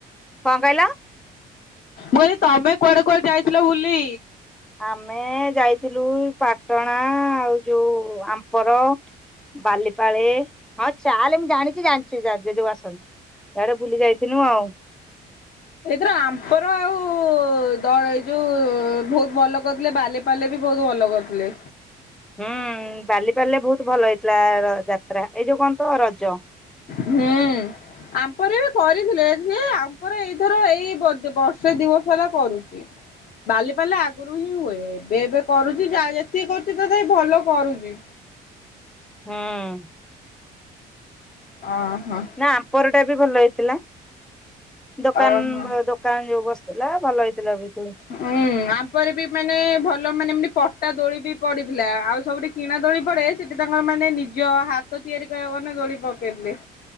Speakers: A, in the centre; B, on the left.
A: କଣ କହିଲ?
B: ମୁଁ ତମେ କୁଆଡେ କୁଆଡେ ଯାଇଥିଲ ବୁଲି?
A: ଆମେ ଯାଇଥିଲୁ ପାଟଣା ଆଉ ଯଉଁ ଆମ୍ପର। ବାଲିପାଳେ ହଁ ଚାଲେ ମୁ ଜାଣିଛି ଜାଣିଛୁ ଯୋଉ ଆସନ୍ତି ସେଇଆଡେ ବୁଲି ଯାଇଥିଲୁ ଆଉ।
B: ଏଇଥର ଆମ୍ପର ଆଉ ଦ ଏଇ ଯୋଉ ବହୁତ ଭଲ କରିଥିଲେ ବାଲିପାଳେ ବି ବହୁତ ଭଲ କରିୁଥିଲେ।
A: ହୁଁ ବାଲିପାଳିରେ ବହୁତ ଭଲ ହେଇଥିଲା ଯାତ୍ରା ଏଇ ଯୋଉ କଣ ତ ରଜ।
B: ହୁଁ। ଆପରେ ଯେ କରିଥିଲେ ଆମପରେ ଏଇଥର ଏଇ ବର୍ଷେ ଦିବର୍ଷ ହେଲା କରୁଚି ବାଲି ପାଲା ଆଗରୁ ହିଁ ହୁଏ। ଏବେ ଏବେ କରୁଛି ଯା ଯେତିକି କରୁଛି ତଥାପି ଭଲ କରୁଚି।
A: ହଁ।
B: ଓହୋ
A: ନା ଆମ୍ପର ଟା ବି ଭଲ ହେଇଥିଲା। ଦୋକାନ
B: ଓହୋ।
A: ଭ ଦୋକାନ ଯୋଉ ବସିଥିଲା ଭଲ ହେଇଥିଲା ବି
B: ହୁଁ ଆପରେ ବି ମାନେ ଭଲ ମାନେ ଏମନ୍ତି କଟା ଦୋଳି ବି ପଡିଥିଲା। ଆଉ ସବୁଠି କିଣା ଦୋଳି ପରେ ସେଠି ତାଙ୍କର ମାନେ ନିଜ ହାତ ତିଆରି କରିବାକୁ ଗଲେ ଦୋଳି ପକେଇ ଥିଲେ